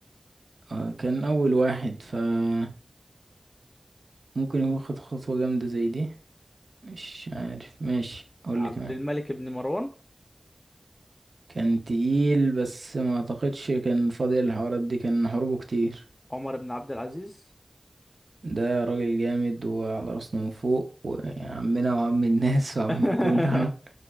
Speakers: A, on the right (about 85°); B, on the left (about 25°).
A: آه كان أول واحد فممكن هو خد خطوة جامدة زي دي مش عارف ماشي قولي
B: عبد
A: كمان
B: الملك ابن مروان
A: كان تقيل بس ما أعتقدش كان فاضي الحوارات دي كان حروبه كتير
B: عمر ابن عبد العزيز
A: ده راجل جامد وعلى راسنا من فوق وعمنا وعم الناس <laughs> وعم
B: <laughs>
A: الكل انا